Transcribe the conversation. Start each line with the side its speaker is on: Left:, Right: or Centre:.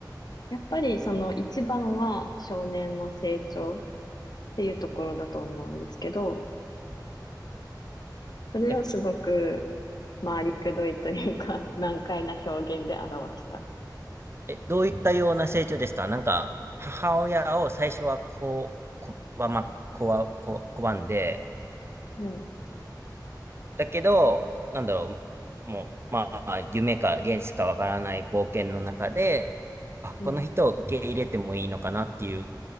Left: やっぱりその一番は少年の成長。っていうところだと思うんですけど、それをすごく
Right: え、
Left: 回りくどいというか、<laughs> 難解な表現で表した。
Right: え、どういったような成長ですかなんか母親を最初はこう、わま、こわ、こ、拒んで、
Left: うん、
Right: だけど、なんだろう、もう、まあ、夢か現実かわからない冒険の中で、あ、
Left: うん。
Right: この人を受け入れてもいいのかなっていう